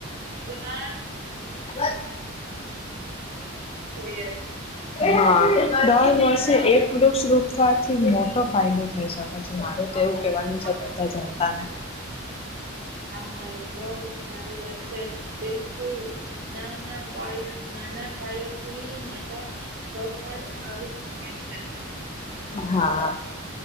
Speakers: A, on the right; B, on the left.
A: ઘણા
B: <unintelligible>
A: રહેવું જોઈએ
B: હા. દર
A: લોકોને
B: વર્ષે એક વૃક્ષ રોપવાથી મોટો ફાયદો થઈ શકે છે મારો તો એવું કેવાનું
A: હા
B: છે બધા જનતાને
A: હા હા એ બઉ સારી વાત છે બિલકુલ. ના ના પાયો, નાના પાયોથી મોટા પગ પર આવી શકે છે.
B: હા.